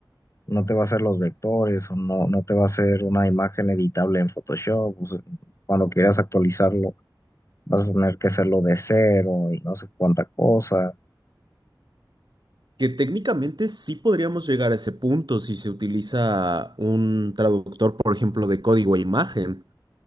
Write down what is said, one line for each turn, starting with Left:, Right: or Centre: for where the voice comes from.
Left: no te va a hacer los vectores o no, no te va a hacer una imagen editable en Photoshop. o sea, cuando quieras actualizarlo, vas a tener que hacerlo de cero y no sé cuánta cosa.
Right: Que técnicamente sí podríamos llegar a ese punto si se utiliza un traductor, por ejemplo, de código a imagen.